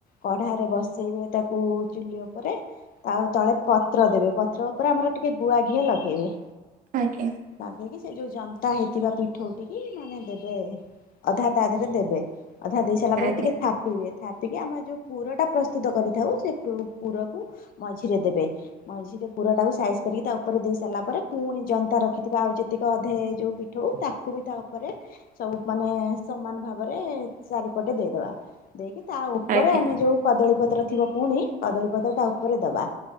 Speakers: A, on the left; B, on the right.
A: କଢାରେ ବସେଇବେ ତାକୁ ଚୁଲି ଉପରେ ତା ତଳେ ପତ୍ର ଦେବେ, ପତ୍ର ଉପରେ ଆମର ଟିକେ ଗୁଆ ଘିଅ ଲଗେଇବେ।
B: ଆଜ୍ଞା।
A: ଲଗେଇକି, ସେ ଯୋଉ ଜନ୍ତା ହେଇଥିବା ପିଠଉ ଟିକି ମାନେ ଦେବେ ଅଧା ତା ଦେହରେ ଦେବେ, ଅଧା ଦେଇ ସାରିଲା ପରେ
B: ଆଜ୍ଞା
A: ଟିକେ ଥାପିବେ ଥାପିକି, ଆମେ ଯୋଉ ପୁର ଟା ପ୍ରସ୍ତୁତ କରିଥାଉ, ସେ ପୁରକୁ ମଝିରେ ଦେବେ। ମଝିରେ ପୁର ଟାକୁ ସାଇସ୍ କରିକି ତା ଉପରେ ଦେଇ ସାରିଲା ପରେ, ପୁଣି ଜନ୍ତା ରଖିଥିବା ଆଉ ଯେତିକି ଅଧେ ଯୋଉ ପିଠଉ, ତାକୁ ବି ତା ଉପରେ ସବୁ ମାନେ, ସମାନ ଭାବରେ, ଚାରିପଟେ ଦେଇଦବା। ଦେଇକି, ତା ଉପରେ
B: ଆଜ୍ଞା
A: ଆମେ ଯୋଉ କଦଳୀ ପତ୍ର ଥିବ ପୁଣି, କଦଳୀ ପତ୍ର ତା ଉପରେ ଦବା।